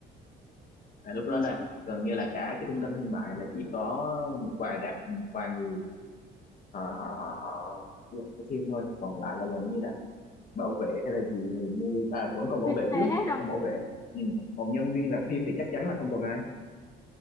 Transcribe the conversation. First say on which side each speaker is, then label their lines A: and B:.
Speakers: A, on the left; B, on the left.
A: à, lúc đó
B: một
A: là gần như là cả cái trung tâm thương mại là chỉ có một vài rạp một vài người họ họ họ, họ làm cái phim thôi còn lại là gần như là bảo vệ hay là gì thì mua à vẫn còn bảo
B: về
A: vệ
B: về
A: chứ
B: hết
A: vẫn
B: rồi
A: còn bảo vệ ừ. còn nhân viên rạp phim thì chắc chắn là không còn ai